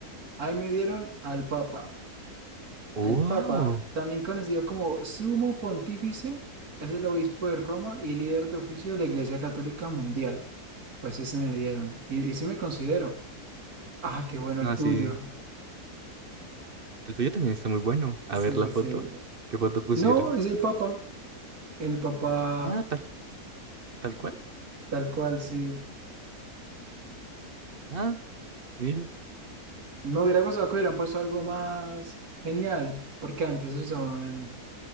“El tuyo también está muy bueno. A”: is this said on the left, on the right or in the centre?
Right